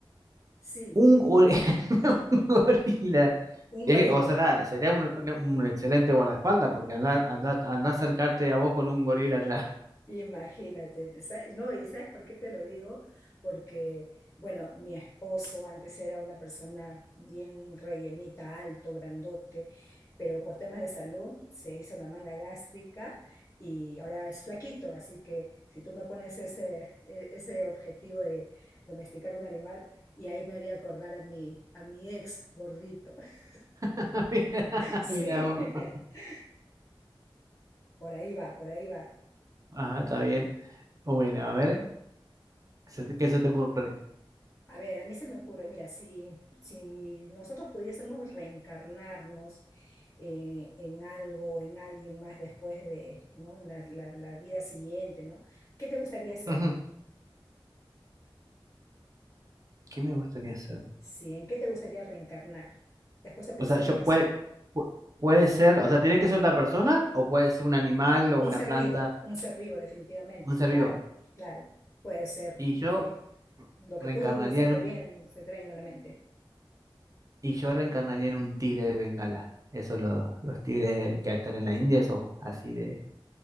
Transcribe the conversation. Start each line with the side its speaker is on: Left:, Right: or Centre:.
Left: sí,
Right: Un, gor- <laughs> un gorila.
Left: un
Right: Eh,
Left: gorila.
Right: o sea, sería un, un- un excelente guardaespaldas porque andar, andar, andar a acercarte a vos con un gorila atrás.
Left: Imagínate, sa- no, y ¿sabes por qué te lo digo? Porque, bueno, mi esposo antes era una persona bien rellenita, alto, grandote, pero por temas de salud se hizo la manga gástrica y ahora es flaquito, así que si tú me pones ese, e- ese objetivo de domesticar un animal, y ahí me haría acordar a mi, a mi ex gordito. <laughs>
Right: <laughs> Mira,
Left: Sí,
Right: mira vos.
Left: <laughs> por ahí va, por ahí va.
Right: Ajá, está bien. Bueno, a ver, ¿qué se te, qué se te ocurre?
Left: A ver, a mí se me ocurre, mira, si, si nosotros pudiésemos reencarnarnos eh, en algo, en alguien más después de, ¿no? En la, la- la vida siguiente, ¿no? ¿Qué te gustaría ser?
Right: Ujú, ¿Qué me gustaría hacer?
Left: Sí, ¿en qué te gustaría reencarnar? ¿Te has puesto a pensar
Right: O sea, yo
Left: en
Right: puede,
Left: eso?
Right: pu- puede ser, o sea, tiene que ser otra persona o puede ser un animal o una
Left: Un ser
Right: planta,
Left: vivo, un ser vivo, definitivamente,
Right: un ser
Left: claro,
Right: vivo.
Left: claro. Puede ser
Right: Y yo
Left: eh, lo que
Right: reencarnaría
Left: tú se
Right: en
Left: te
Right: un,
Left: ven- se te venga en la mente.
Right: y yo reencarnaría en un tigre de Bengala. Esos los, los tigres que están en la India, esos así de